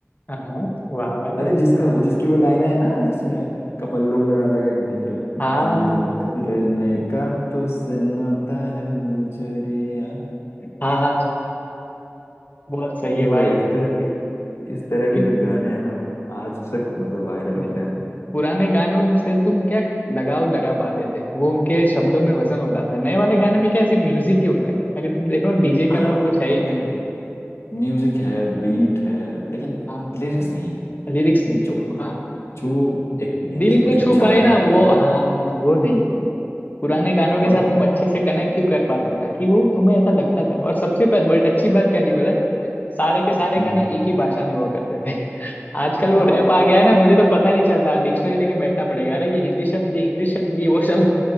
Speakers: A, on the left; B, on the left.
A: हाँ हाँ वाह भाई
B: अरे जिसका हाँ जिसकी वो लाइन है ना जिसमें कपल लोग लगा लगा के घूम रहे हैं
A: हाँ
B: तंग करने का तो सन्नाटा है गुजरिया
A: हाँ हाँ बहुत सही
B: तो
A: है भाई
B: इस तरह के इस तरह
A: लेकिन
B: के जो गाने हैं ना आज तक मतलब वायरल हो
A: नहीं
B: रहे हैं
A: पुराने गानों से तुम क्या लगाव लगा पाते थे वो उनके शब्दों में वजन होता था नए वाले गाने में क्या सिर्फ म्यूजिक ही होता है अगर तुम देखो डीजे के
B: हाँ
A: अलावा
B: मतलब
A: कुछ है ही नहीं
B: देखो म्यूजिक है बीट है लेकिन
A: हाँ
B: लिरिक्स नहीं है
A: लिरिक्स नहीं
B: जो
A: है
B: मतलब
A: हाँ
B: जो एक म्यूजिक
A: दिल को
B: की
A: छू
B: जान
A: पाए ना
B: होती
A: वो
B: है ना
A: हाँ वो नहीं है। पुराने गानों के
B: और
A: साथ तुम अच्छे से कनेक्ट क्यों कर पाते ताकि वो तुम्हें ऐसा लगता था और सबसे प- बड़ अच्छी बात क्या थी पता है सारे के सारे
B: हम्म
A: गाने एक ही भाषा में हुआ करते थे <laughs> आजकल
B: हाँ
A: वो रैप आ गया है ना मुझे तो पता नहीं चल रहा डिक्शनरी लेके बैठना पड़ेगा अरे ये हिंदी शब्द ये इंग्लिश शब्द ये वो शब्द